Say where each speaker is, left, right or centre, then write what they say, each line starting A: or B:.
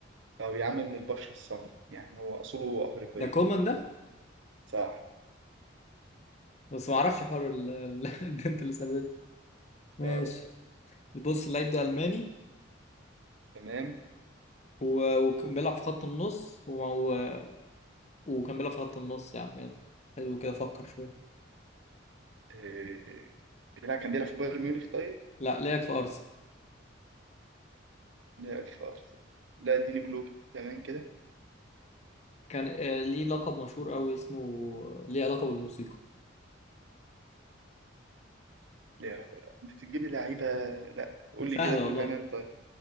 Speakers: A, on the right; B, on the left.
A: او يا عم من البشره السمراء يعني هو اصوله افريقيه
B: ده كومان ده
A: صح
B: بس ما اعرفش حوار ال- ال- <laughs> البنت اللي سابته ماشي
A: آه.
B: بص اللعيب ده ألماني
A: تمام
B: و- وكان بيلعب في خط النص و- و... وكان بيلعب في خط النص يا عم يلا حلو كده فكر شوية
A: آه. لا كان بيلعب في بايرن ميونخ طيب
B: لا لعب في أرسنال
A: لا في أرسنال. لا اديني كلوب كمان كده
B: كان آه، ليه لقب مشهور أوي اسمه ليه علاقة بالموسيقى
A: لا لا لا. انت بتجيب لي لعيبه لا قول
B: سهلة
A: لي كده كلوب
B: والله
A: كمان طيب